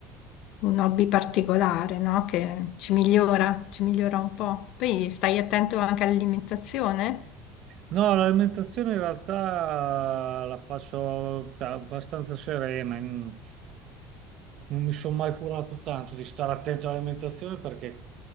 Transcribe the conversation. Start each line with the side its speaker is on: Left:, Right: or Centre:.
Left: un hobby particolare, no? Che ci migliora, ci migliora un po'. Poi stai attento anche all'alimentazione?
Right: No, l'alimentazione in realtà la faccio cioè, abbastanza serena, in- non mi sono mai curato tanto di stare attento all'alimentazione perché